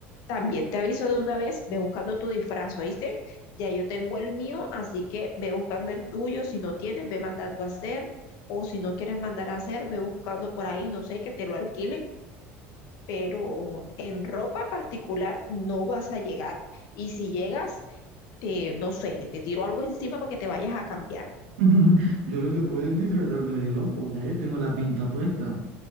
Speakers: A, on the left (about 65°); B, on the right (about 80°).
A: también te aviso de una vez, ve buscando tu disfraz, ¿oíste? Ya yo tengo el mío, así que ve buscando el tuyo. Si no tienes, ve mandando a hacer. O si no quieres mandar a hacer, ve buscando por ahí, no sé, que te lo alquilen pero en ropa particular no vas a llegar. Y si llegas, te, no sé, te tiro algo encima para que te vayas a cambiar.
B: <laughs> Yo creo que puedes disfrazarme de loco, ya yo tengo la pinta puesta.